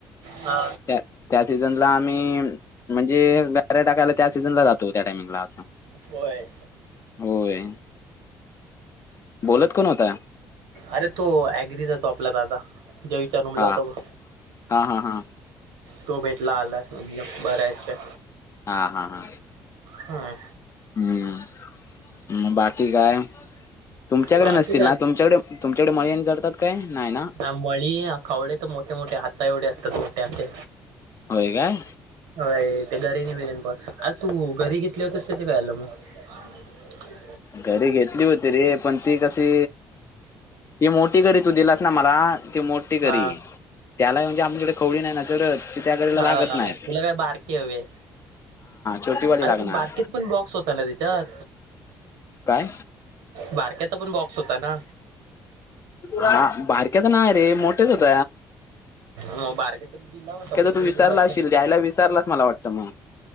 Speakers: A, on the right; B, on the left.
A: हा
B: त्या. त्या सीझनला आम्ही, म्हणजे गाऱ्या टाकायला त्या सीझनला जातो. त्या टाइमिंगला असं,
A: होय.
B: होय. बोलत कोण होता.
A: अरे तो अग्री जातो आपला दादा, ज्या विचार रूमला
B: हा
A: होता बग.
B: हा हा हा.
A: तो भेटला आला. म्ह बरं आहेस काय.
B: हा हा हा,
A: हा
B: हम्म बाकी काय. तुमच्याकडे
A: बाकी
B: नसतील
A: काय
B: ना,
A: आता
B: तुमच्याकडे तुमच्याकडे मळणी जडतात काय नाही ना.
A: मळी खवडे तर, मोठे मोठे हाता एवढे असतात मोठे‌.
B: होय काय
A: व्हय ते घरी नि बेलेन पण, अरे तू घरी घेतली होतेस ते काय झालं मग. <unintelligible>
B: घरी घेतली होती रे पण, ती कशी ती मोठी घरी तू दिलास. तोच न मला, ते मोठ ते
A: हा
B: घरी त्याला म्हणजे आमच्याडे खवडी नाही ना, ते त्या कडेला
A: हा
B: लागत नाही.
A: तुला काय बारकी हवे,
B: छोटीवाली
A: अरे
B: लागणार
A: पण बारकीत पण बॉक्स होता ना त्याच्यात.
B: काय
A: बारक्याचा पण बॉक्स होता ना
B: हा बारक्याचा नाही रे मोठेच होत
A: म बारगेचा जिल्हा होता कुठेतरी
B: तू विसरला
A: जिल्हा अस
B: असशील द्यायला विसरलाच मला वाटतं मग